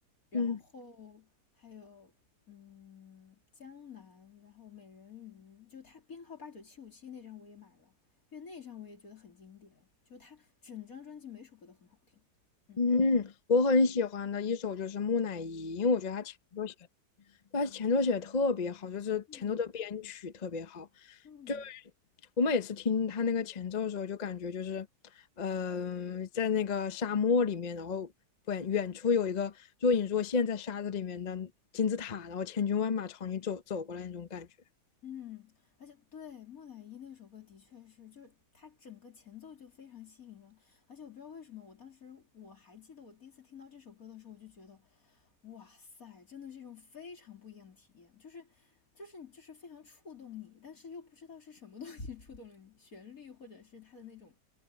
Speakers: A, on the left; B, on the left.
A: 然后还有嗯江南，
B: 嗯，
A: 然后美人鱼，就他编号八九七五七那张我也买了，因为那张我也觉得很经典，就他整张专辑每首歌都很好听，嗯。
B: 嗯，我很喜欢的一首就是《木乃伊》，因为我觉得他前奏写，他前奏写的特别好，就是前奏的编曲特别好。
A: 嗯嗯。
B: 就是我每次听他那个前奏的时候，就感觉就是，嗯、在那个沙漠里面，然后远远处有一个若隐若现在沙子里面的金字塔，然后千军万马朝你走走过来那种感觉。
A: 嗯，而且对，木乃伊那首歌的确是，就是它整个前奏就非常吸引人，而且我不知道为什么，我当时我还记得我第一次听到这首歌的时候，我就觉得，哇塞，真的是一种非常不一样的体验，就是就是就是非常触动你，但是又不知道是什么东西触动了你，旋律或者是它的那种，